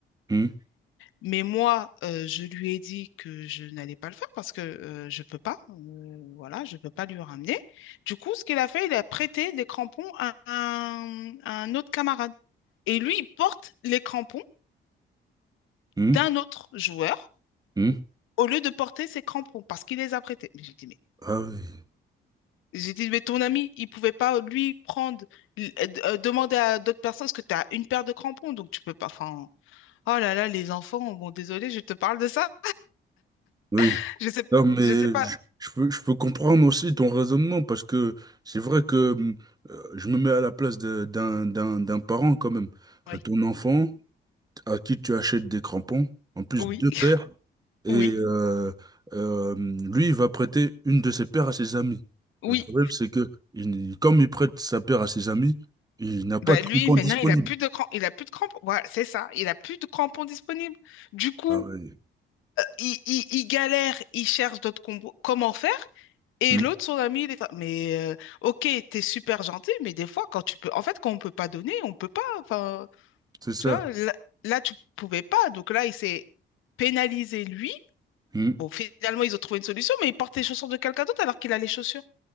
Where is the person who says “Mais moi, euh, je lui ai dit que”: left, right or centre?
Left